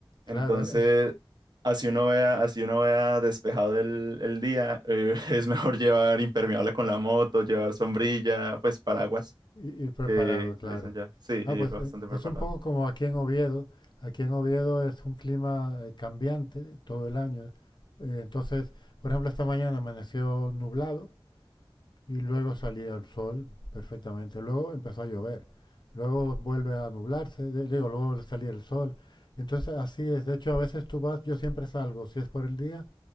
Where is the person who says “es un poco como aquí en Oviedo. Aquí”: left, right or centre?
Left